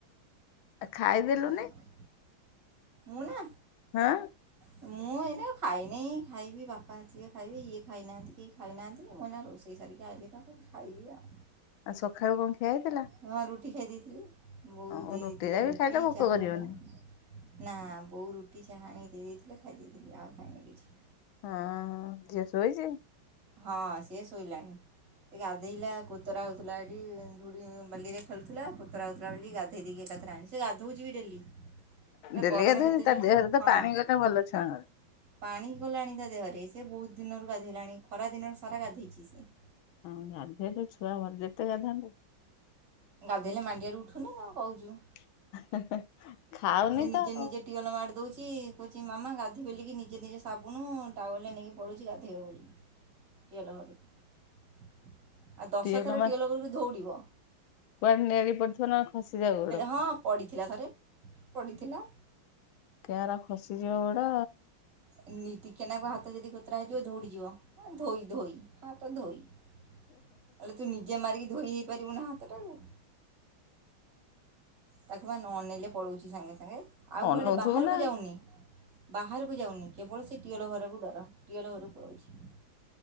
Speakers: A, on the left; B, on the right.
A: ଖାଇଦେଲୁନି
B: ତୁକଲୁନେହିଁ। ମୁଁ ନା
A: ହଁ।
B: ମୁଁ। କାଇଁ ଖାଇନି ଖାଇବି ବାପା ଆସିବେ ଖାଇବି ଇଏ ଖାଇନାହାନ୍ତି କିଏ ଖାଇନାହାନ୍ତି ମୁଏନା ରୋଷେଇ ସାରିକି ଆଇଲି। ତାପରେ ଖାଇଲା।
A: ଆଉ ସଖାଳୁ କଣ ଖିଆ ହେଇଥିଲା?
B: ହ ମା ରୁଟି ଖାଇ ଦେଇେଇଥିଲି ବୋଉ ଦେଇ
A: ହଁ
B: ଦେଇଥିଲେ
A: ଟା
B: ରୁଟି
A: ବି ଖାଇଲେ ଭୋକ
B: ଚା ହେରିକା।
A: କରିବନି।
B: ନା ବୋଉ ରୁଟି ଚାହାଆଣିକି ଦେଇ ଦେଇଥିଲେ ଖାଇ ଦେଇଥିଲି ଆଉ ଖାଇନେହଁ କିଛି।
A: ହଁ ଝିଅ ଶୋଇଚି?
B: ହଁ ସିଏ ଶୋଇଲାଣି। ସେ ଗାଧୋଇଲା କୋତୋରା ହୋଉଥୁଲା ଏଠି ଧୂଳି ବାଲି ରେ ଖେଳୁଥିଲା କୋତୋରା ହୋଉଥିଲା ବୋଲି ଗା କେଇ ଦେଇକି ଏକାଥରେ ଆଣି ସେ ଗାଧୋଉଚିବି ଡେଲି। ଏ
A: ଦେଡଲି
B: ଗରମ
A: ଗାଧୋଉଚି
B: ଯେତେ
A: ତା
B: ଜୋର
A: ଦେହରେ ତ
B: ହଁ
A: ପାଣି ଗଲେ ଭଲ ଛୁଆଙ୍କର।
B: ପାଣି ଗଲାଣି ତା ଦେହରେ ସେ ବହୁତୁ ଦିନରୁ ଗାଧେଇଲାଣି ଖରା ଦିନ ସାରା ଗାଧେଇଚି ସେ।
A: ହଁ ଗାଧେଇଲେ ଛୁଆ ଭଲ ଯେତେ ଗାଧାନ୍ତୁ।
B: ଗାଧେଇଲେ ମାଣ୍ଡିଆରୁ ଉଠୁନି କଣ କହୁଚୁ।
A: <inaudible>
B: ସେ ନିଜେ
A: ତ
B: ନିଜେ
A: ଆଉ
B: ଟିଓଲ ମାଡ଼ି ଦୋଉଚି କୋହୁଚି ମାମା ଗାଧୋଇବ ବୋଲିକି ନିଜେ ନିଜେ ସାବୁନୁ ଟାଉଏଲେ ନେଇକି ପଳଉଚି ଗାଧେଇବ ବୋଲି। ଟିଅଲଘରକୁ ଆଉ ଦଶ
A: ଟିକେ
B: ଥର
A: ଜମା
B: ଟିଅ ଲଘରକୁ ଧୋଉଡ଼ିବ।
A: କୁଆଡେ ନେଳି ପଡିଥିବ ନନେ ଖସିଯାଉ ଗୋଡେ।
B: ହଁ ପଡ଼ିଥିଲା ଥରେ। ପଡ଼ିଥିଲା।
A: କିଏରା ଖସିଯିବ ଗୋଡ।
B: ନିତିି ଟିକେନାକୁ ହାତ ଯଦି କୋତରା ହେଇଯିବ ଧୌଡ଼ିଯିବ। ହଁ ଧୋଇ ଧୋଇ ହା ତ ଧୋଇ ଆଲେ ତୁ ନିଜେ ମାରିକି ଧୋଇ ହେଇ ପାରିବୁ ନା। ତାଟାଙ୍ଗ। ତାକୁ ପା ନଅନେଇଲେ ପଳଉଛି ସାଙ୍ଗେ ସାଙ୍ଗେ ଆଉ
A: ଅନଉଥିବୁ
B: କୁଆଡ଼େ ବାହାରକୁ
A: ନା
B: ଯାଉନେହିଁ। ବାହାରକୁ ଯାଉନି କେବଳ ସେ ଟିଓଲ ଘରକୁ ଡର ଟିଓଲ ଘରକୁ ପୋଳୋଉଚି।